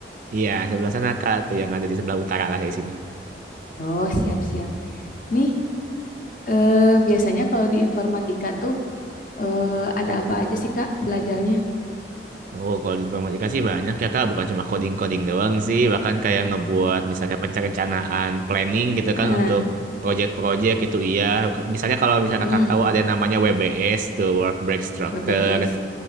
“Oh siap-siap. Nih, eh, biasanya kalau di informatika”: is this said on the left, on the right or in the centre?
Left